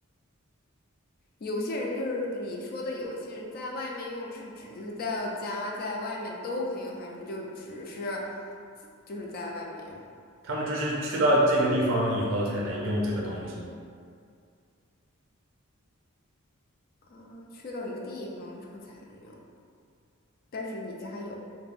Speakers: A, on the left (about 45°); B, on the right (about 60°).
A: 有些人就是你说的，有些人在外面用是指就是在家在外面都可以用，还是就只是就是在外面用
B: 他们就是去到这个地方以后才能用这个东西，
A: 啊？去到一个地方之后才能用，但是你家有，